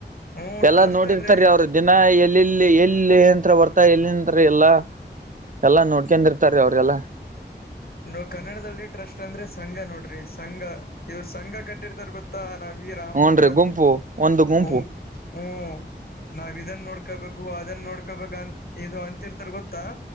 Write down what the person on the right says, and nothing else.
ಎಲ್ಲಾ
ನೋಡಿರ್ತಾರ
ಅವರು ದಿನ ಎಲ್ಲಿ ಎಲ್ಲಿ ಎಲ್ಲಿ ತ್ರರ ಬರ್ತಾ ಎಲ್ಲಿಂತರ ಎಲ್ಲ ಎಲ್ಲಾ ನೋಡ್ಕೊಂಡ್ ಇರ್ತಾರೀ ಅವ್ರಿಗೆಲ್ಲಾ
ಹೂನ್ರಿ
ಗುಂಪು ಒಂದು ಗುಂಪು